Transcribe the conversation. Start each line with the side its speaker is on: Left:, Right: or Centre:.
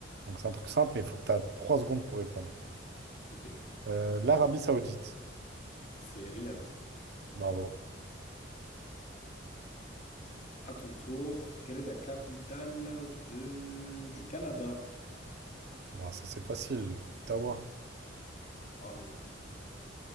Right: Donc c'est un truc simple, mais il faut que tu as trois secondes pour répondre.
Left: ok.
Right: Euh, l'Arabie Saoudite.
Left: C'est Riyad.
Right: Bravo.
Left: À ton tour, quelle est la capitale de... du Canada?
Right: Bah, ça c'est facile. Ottawa.
Left: Bravo.